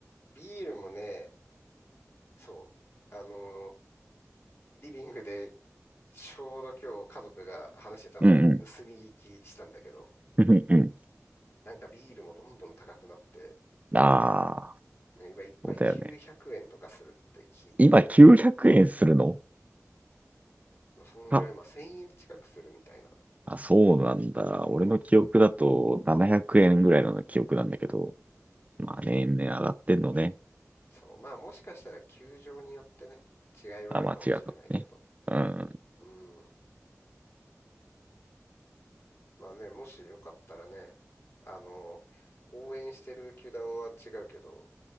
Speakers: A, on the left; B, on the right.
A: ビールもね、そう、あのー、リビングでちょうど今日家族が話してたのを盗み聞きしたんだけど、
B: うんうん。うんうん。
A: なんかビールもどんどん高くなって、
B: ああ、
A: なんか今一杯900円とかするって聞いて、
B: そうだよね。今900円するの
A: まあ、そんぐらい、
B: あ、
A: まあ1000円近くするみたいな。
B: あそうなんだ。俺の記憶だと700円ぐらいの記憶なんだけど。まあ年々上がってんのね。
A: そう、まあもしかしたら球場によってね、違いはあるかもしれないけど、
B: あ、まあ違うかもね。うん。
A: うん。まあね、もしよかったらね、あのー、応援してる球団は違うけど、